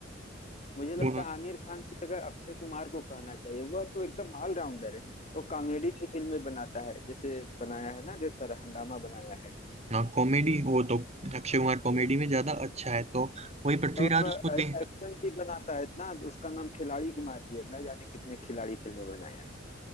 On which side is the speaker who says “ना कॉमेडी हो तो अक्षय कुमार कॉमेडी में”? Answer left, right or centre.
Right